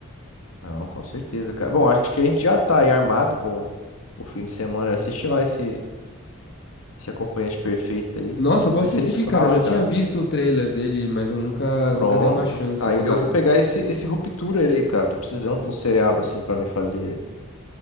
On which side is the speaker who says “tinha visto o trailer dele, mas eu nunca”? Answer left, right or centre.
Left